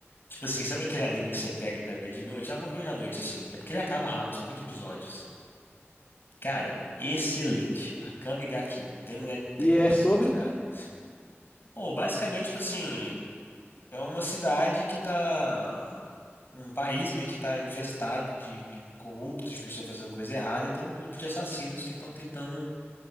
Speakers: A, on the left; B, on the left.
A: Tipo assim, sabe aquele anime que você pega pra ver de noite? Ah, vou ver hoje à noite, assim. É porque ele acaba rápido, são 20 episódios. Cara, excelente. A Kami ga Kill. Tem no Net- tem
B: E
A: no
B: é
A: Netflix,
B: sobre?
A: cara. Pô, basicamente, tipo assim. É uma cidade que tá. Um país meio que tá infestado de, de corruptos, de pessoas fazendo coisa errada, e tem um grupo de assassinos que estão tentando.